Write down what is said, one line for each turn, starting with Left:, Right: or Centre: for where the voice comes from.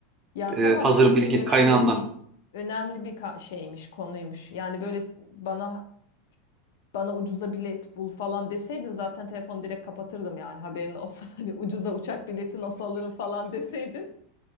Left: Ya
Right: E,
Left: tamam
Right: hazır
Left: şey
Right: bilgi
Left: değil önemli
Right: kaynağından.
Left: değil. Önemli bir ka- şeymiş konuymuş. Yani böyle bana bana ucuza bilet bul falan deseydin zaten telefonu direkt kapatırdım yani haberin olsun. <laughs> Hani ucuza uçak bileti nasıl alırım falan deseydin.